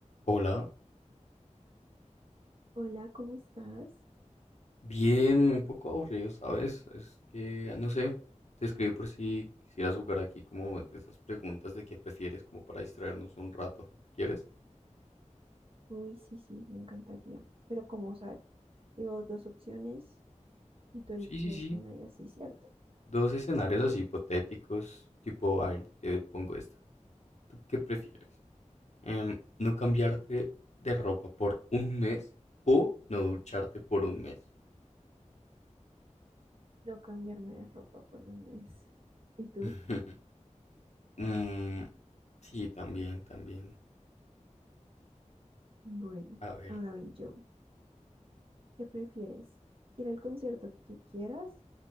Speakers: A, on the left; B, on the right.
A: Hola,
B: Hola, ¿cómo estás?
A: bien, un poco aburrido, ¿sabes? Es que, no sé, te escribí por si quisieras jugar aquí como de esas preguntas de qué prefieres, como para distraernos un rato. ¿Quieres?
B: Uy, sí, sí, me encantaría. Pero como, o sea, digo dos opciones y tú eliges
A: Sí, sí, sí.
B: una y así, ¿cierto?
A: Dos escenarios
B: Ok,
A: así
B: listo.
A: hipotéticos, tipo, a ver, te pongo esta. ¿Tú qué prefieres? Em, ¿no cambiarte de ropa por un mes o no ducharte por un mes?
B: No cambiarme de ropa por un mes. ¿Y tú?
A: <laughs> Mm, sí, también, también.
B: Bueno,
A: A ver.
B: ahora voy yo. ¿Qué prefieres? ¿Ir al concierto que quieras